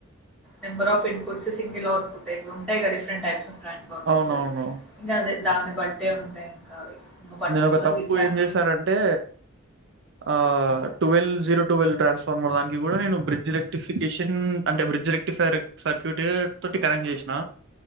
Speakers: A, in the centre; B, on the right.
A: number of inputs single output ఇట్లుంటయిగా డిఫరెంట్ టైప్స్ ట్రాన్స్ఫార్మర్స్
B: అవునవును.
A: ఇంగదే దాన్ని బట్టే ఉంటాయి ఇంకా అవి ఇంకా పర్టికులర్
B: నేనొక తప్పు
A: ఇట్లానే
B: ఏం చేశారంటే ఆ టువల్ జీరో టువెల్ ట్రాన్స్ఫార్మర్ దానికి గూడా నేను బ్రిడ్జ్ రెక్టిఫికేషన్ అంటే బ్రిడ్జ్ ఫైర్ సర్క్యూట్ తోటి కనెక్ట్ జేషిన